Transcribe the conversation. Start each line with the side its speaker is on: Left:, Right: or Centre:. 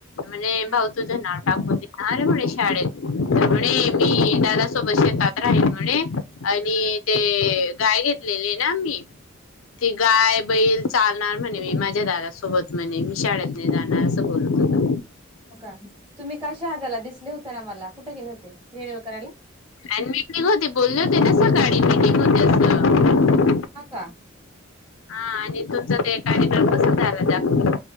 Left: म्हणे
Right: हो
Left: भाऊ तुझं नाव टाकून दे अरे म्हणे शाळेत तर म्हणे मी दादा सोबत शेतात राहील म्हणे आणि ते गाय घेत घेतलेले ना मी ती गाय बैल चालणार म्हणे मी माझ्या दादा सोबत म्हणे मी शाळेत नाही जाणार असं बोलत होता
Right: का तुम्ही काल शहाधाला दिसले होते ना मला कुठे गेले होते रिन्युअल करायला
Left: अ मिटिंग होती बोलले होते ना सकाळी मिटिंग होती अस
Right: हा का
Left: हा आणि तुमचा ते कार्यक्रम कसा झाला दाख